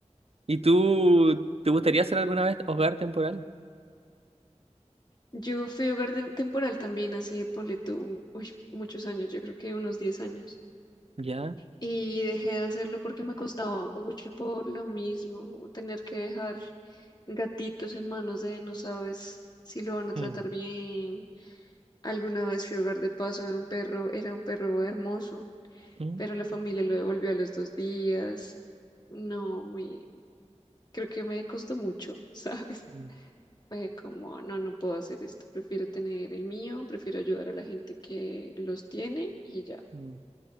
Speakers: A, on the right; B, on the left.
A: ¿Y tú, te gustaría
B: Mm.
A: hacer alguna vez hogar temporal?
B: Yo fui hogar de- temporal también hace, ponle tú, uy, muchos años, yo creo que unos 10 años.
A: Ya.
B: Y dejé de hacerlo porque me costaba mucho por lo mismo, tener que dejar gatitos en manos de no sabes si lo van a tratar
A: Mm,
B: bien. Alguna vez fui hogar de paso de un perro, era un perro hermoso,
A: mm,
B: pero la familia lo devolvió a los dos días. No, muy, creo que me costó mucho, <laughs> ¿sabes?
A: mm,
B: Fue como, no, no puedo hacer esto, prefiero tener el mío, prefiero ayudar a la gente que los tiene y ya.
A: mm.